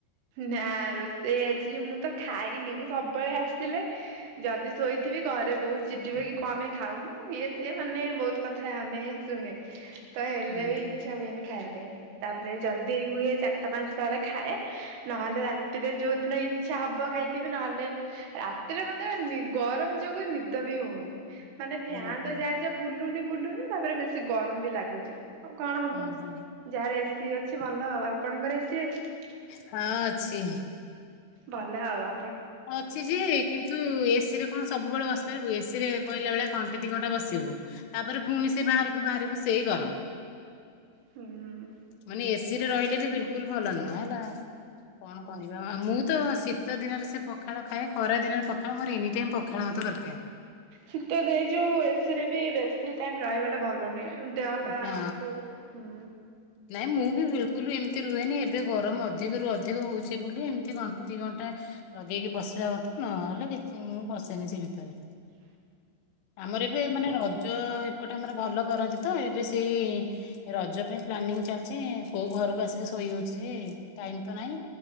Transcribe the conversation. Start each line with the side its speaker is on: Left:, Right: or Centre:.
Right: ନା ରୋଷେଇ ଆଜି ମୁଁ ତ ଖାଇନି ମୁଁ ସବୁବେଳେ ଆସିଲେ ଯଦି ଶୋଇଥିବି ଘରେ ବହୁ ଚିଡିବେ କି କଣପେଁ ଖାଉନୁ ଇଏ ସିଏ ମାନେ ବହୁତ କଥା ମାନେ ଶୁଣେ। ହ <inaudible> ତ ହେଲେ
Left: ହୁଁ
Right: ବି
Left: ହୁଁ
Right: ଇଛା ହୁଏନି ଖାଇବା ପାଇଁ ତାପରେ ଯଦି ହୁଏ ଚାରିଟା ପାଞ୍ଚଟା ବେଳେ ଖାଏ। ନହେଲେ ରାତିରେ ଯୋଉଦିନ ଇଛା ହବ ଖାଇଥିବି ନହେଲେ ରାତିରେ ମନେ ଗରମ ଯୋଗୁ ନିଦ ବି ହଉନି। ମାନେ
Left: ହୁଁ
Right: ଫ୍ୟାନ
Left: ହୁଁ
Right: ତ ଯାହା ଯାହା ବୁଲୁନି ବୁଲୁନି ତାପରେ ବେଶୀ ଗରମ ବି ଲାଗୁଛି। ଆଉ କଣ ହବ
Left: ହୁଁ ହୁଁ
Right: ଯାହାର ଏସିି ଅଛି ଭଲ। ଆଉ ଆପଣଙ୍କର ଏସିି ଅଛିକି?
Left: ହଁ ଅଛି।
Right: ଭଲ ଆଉ ଆ
Left: ଅଛି ଯେ କିନ୍ତୁ ତୁ ଏସିରେ କଣ ସବୁବେଳେ ବସି ପାରିବୁ ଏସି ରେ କହିଲା ବଳିଆ ଘଣ୍ଟେ ଦି ଘଣ୍ଟା ବସିବୁ। ତାପରେ ପୁଣି ସେ ବାହାରକୁ ବାହାରିବ ସେଇ ଗରମ।
Right: ହୁଁ।
Left: ମାନେ ଏସି ରେ ରହିଲେ ବି ବିଲକୁଲ ଭଲ ନୁହଁ ହେଲା। କଣ କରିବା ମୁଁ ତ ଶୀତ ଦିନରେ ସେ ପଖାଳ ଖାଏ ଖରାଦିନରେ ପଖାଳ ମୋର ଏନି ଟାଇମ୍ ପଖାଳ ଭାତ ଦରକାର।
Right: ଶୀତ ଦେଇ ଯୋଉ ଏସି ରେ ବି ବେଶୀ ଟାଇମ ରହିବା ଟା ଭଲ ନୁଁ ଦେହ ପା
Left: ହଁ।
Right: କୁ ହୁଁ।
Left: ନାଇଁ ମୁଁ ବି ବିଲକୁଲ ଏମିତି ରୁହେନି ଏବେ ଗରମ ଅଧିକରୁ ଅଧିକ ହଉଛି ବୋଲି ଏମିତି ଘଣ୍ଟେ ଦି ଘଣ୍ଟା ଲଗେଇକି ବସିବା କଥା ନହେଲେ କିଛି ମୁଁ ବସେନି ସେ ଭିତରେ।
Right: ହ।
Left: ଆମର ଏବେ ମାନେ ର ରଜ ଏପଟେ ଆମର ଭଲ କରନ୍ତି ତ ଏବେ ସେଇ ରଜ ପାଇଁ ପ୍ଲାନିଂ ଚାଲିଛି କୋଉ ଘରକୁ ଆସିକି ଶୋଇହୋଉଛି ଟାଇମ ତ ନହିଁ